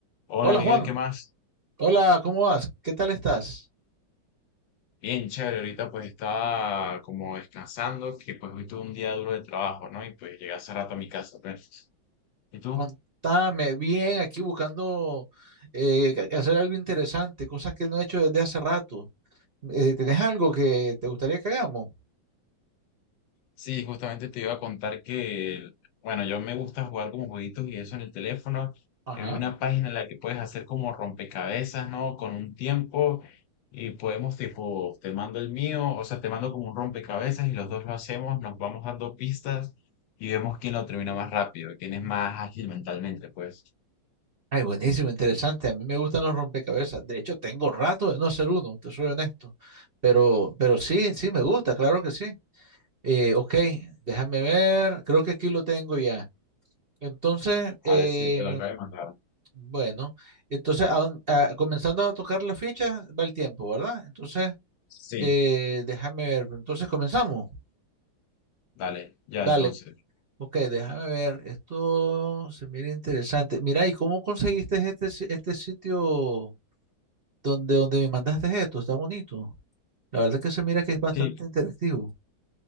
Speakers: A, on the left; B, on the right.
A: Hola
B: Hola
A: Miguel,
B: Juan,
A: ¿qué más?
B: hola, ¿cómo vas? ¿Qué tal estás?
A: Bien, chévere, ahorita pues estaba como descansando, que pues hoy tuve un día duro de trabajo, ¿no? Y pues llegué hace rato a mi casa. pues. ¿Y tú?
B: Contame bien, aquí buscando eh, ca- hacer algo interesante, cosas que no he hecho desde hace rato. Eh, ¿tenés algo que te gustaría que hagamos?
A: Sí, justamente te iba a contar que, bueno, yo me gusta jugar como jueguitos y eso en el teléfono.
B: Ajá.
A: que Vi una página en la que puedes hacer como rompecabezas, ¿no? Con un tiempo y podemos tipo, te mando el mío, o sea, te mando como un rompecabezas y los dos lo hacemos, nos vamos dando pistas y vemos quién lo termina más rápido, quién es más ágil mentalmente, pues.
B: Ay, buenísimo, interesante. A mí me gustan los rompecabezas. De hecho, tengo rato de no hacer uno, te soy honesto. Pero, pero sí, sí me gusta, claro que sí. Eh, ok, déjame ver, creo que aquí lo tengo ya. Entonces, eh,
A: Vale, sí, te lo acabo de mandar.
B: bueno, entonces a dónde- a- comenzando a tocar las fichas va el tiempo, ¿verdad? Entonces,
A: Sí,
B: eh, déjame ver, entonces comenzamos.
A: dale, ya
B: Dale,
A: entonces.
B: ok, déjame ver, esto se mira interesante. Mira, ¿y cómo conseguiste este, si- este sitio donde, donde me mandaste esto? Está bonito. La verdad que se mira que es bastante
A: Sí,
B: interactivo.